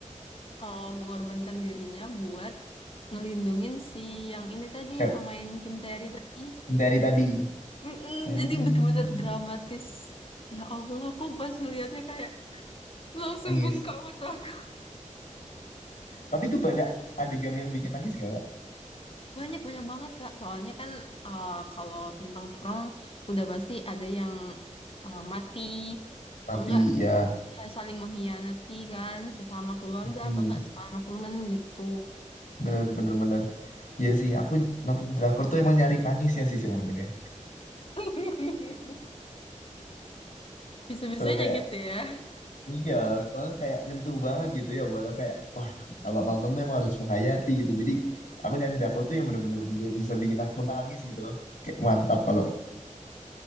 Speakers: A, on the left; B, on the left.
A: eh, mengorbankan dirinya buat ngelindungin si yang ini tadi
B: ayo,
A: pemain Kim tae tadi.
B: Sendiri tadi
A: Mm-mm,
B: hmm,
A: jadi bener-bener dramatis. Ya Allah, aku pas ngelihatnya kayak langsung
B: menangis
A: bengkak mata aku.
B: tapi itu banyak adegan yang bikin nangis nggak Kak?
A: Banyak banyak banget Kak. Soalnya kan eh, kalau tentang perang udah pasti ada yang eh, mati, atau
B: mati
A: enggak
B: ya
A: ya saling mengkhianati kan sesama keluarga
B: Mm-mm.
A: atau enggak sesama temen gitu.
B: bener bener bener ya sih aku nonton drakor tuh emang nyari nangisnya sih sebenarnya
A: <laughs> Bisa-bisanya
B: soalnya kayak
A: gitu ya.
B: Iya, soalnya kayak nyentuh banget gitu ya buat aku kayak wah kalau nonton tuh emang harus menghayati gitu. Jadi aku nyari drakor tuh yang bener-bener bikin, bisa bikin aku nangis gitu loh. Kayak mantap kalau.